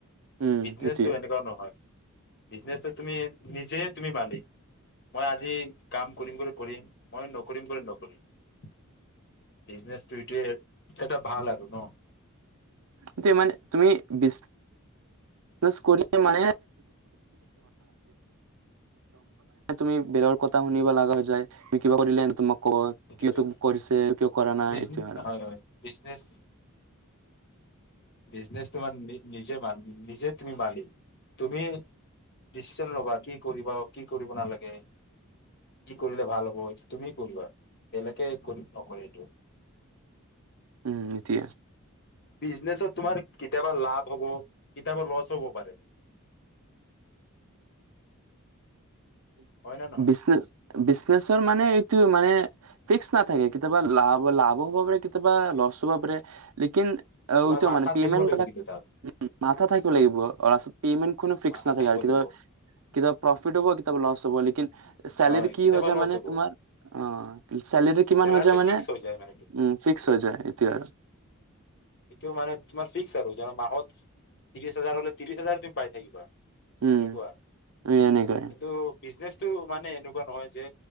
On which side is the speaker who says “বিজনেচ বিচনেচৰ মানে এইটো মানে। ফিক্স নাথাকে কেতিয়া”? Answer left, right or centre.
Right